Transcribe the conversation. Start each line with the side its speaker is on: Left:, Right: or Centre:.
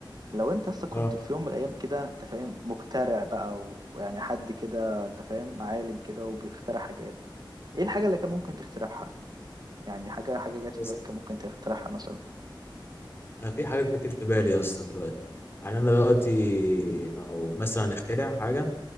Right: لو انت اصلا كنت
Left: اه
Right: في يوم من الايام كده انت فاهم مخترع بقى و- ويعني حد كده انت فاهم عالم كده وبيخترع حاجات ايه الحاجة اللي كان ممكن تخترعها يعني حاجة حاجة جت في
Left: بس
Right: بالك كان ممكن تخترعها مثلا
Left: انا في حاجات كتير في بالي يا اسطى دلوقتي يعني انا دلوقتي لو مثلا اخترع حاجه